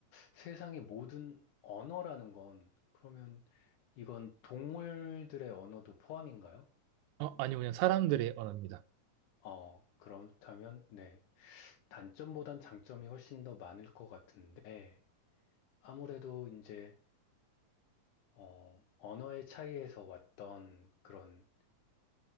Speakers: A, on the left; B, on the right.
A: 세상의 모든 언어라는 건, 그러면 이건 동물들의 언어도 포함인가요?
B: 아, 아니요, 그냥 사람들의 언어입니다.
A: 어, 그렇다면, 네. 단점보단 장점이 훨씬 더 많을 것 같은데, 아무래도 이제, 어, 언어의 차이에서 왔던 그런